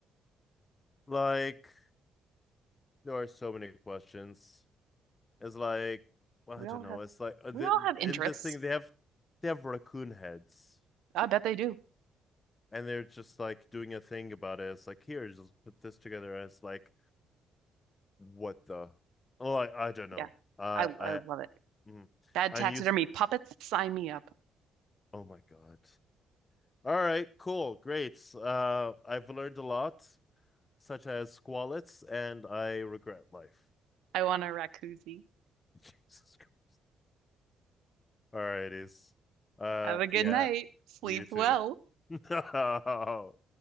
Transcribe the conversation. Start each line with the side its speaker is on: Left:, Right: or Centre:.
Left: like there are so many questions. It's like well,
Right: We
Left: I don't
Right: all
Left: know.
Right: have
Left: It's like uh,
Right: we
Left: the,
Right: all have interests.
Left: in this thing they have they have raccoon heads.
Right: I bet they do.
Left: And they're just like doing a thing about it. It's like here, just put this together as like what the oh I, I don't know.
Right: Yeah.
Left: Uh,
Right: I,
Left: I
Right: I love it.
Left: mm,
Right: Bad
Left: unused
Right: taxidermy puppets, sign me up.
Left: oh my God. All right, cool, great. Uh I've learned a lot, such as squalets, and I regret life.
Right: I want a raccoozie.
Left: <laughs> Jesus Christ. All righties. Uh
Right: Have a good
Left: yeah,
Right: night. Sleep
Left: you too.
Right: well.
Left: <laughs> No.